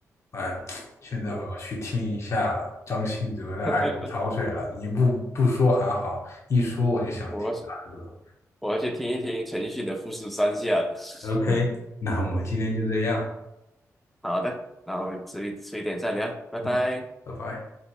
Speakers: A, on the left; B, in the centre.
A: 哎，现在我要去听一下张信哲的《爱如潮水》了。
B: 嗯，<laughs>
A: 你不不说还好，一说我就想听他的歌。
B: 我我要去听一听陈奕迅的《富士山下》了。
A: OK，那我们今天就这样，
B: 好的，那我们迟迟一点再聊，拜拜。
A: 嗯，拜拜。